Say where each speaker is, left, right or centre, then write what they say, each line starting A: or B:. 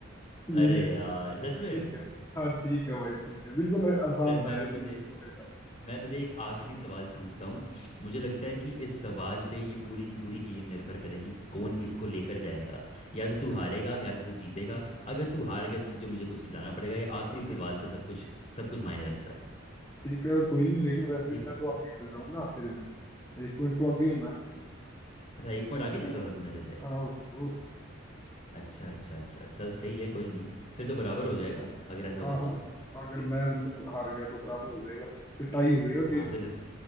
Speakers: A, on the left; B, on the left.
A: ये
B: अरे यार सच
A: ठीक
B: में
A: है हाँ ठीक है भाई ठीक है बिल्कुल आसान
B: चल
A: था
B: मैं
A: यार
B: भी तुझे
A: ये मैंने बोला ही था
B: मैं तुझे एक आखिरी सवाल पूछता हूँ मुझे लगता
A: हम्म
B: है कि इस सवाल पे ये पूरी की पूरी गेम निर्भर करेगी कि कौन इसको लेकर जाएगा या तो तू
A: हम्म
B: हारेगा या तो तू जीतेगा
A: हम्म,
B: अगर तू हार
A: हम्म।
B: गया तो तुझे मुझे कुछ खिलाना पड़ेगा ये आखिरी सवाल
A: यार
B: पे सब कुछ सब कुछ मायने रखता है
A: ठीक है कोई नहीं लेकिन वैसे
B: ठीक
A: भी मैं
B: है
A: तो आगे चल रहा हूँ ना तेरे से एक पॉइंट तो आगे हूँ मैं
B: अच्छा एक पॉइंट आगे चल रहा था तू मेरे से
A: हाँ और और
B: अच्छा अच्छा अच्छा चल सही है कोई नहीं फिर तो बराबर
A: हम्म,
B: हो जाएगा
A: चल,
B: अगर ऐसा
A: हाँ
B: हुआ
A: हाँ
B: तो
A: हाँ अगर मैं मतलब हार गया तो बराबर हो जाएगा फिर टाई हो जाएगा
B: हाँ
A: गेम
B: फिर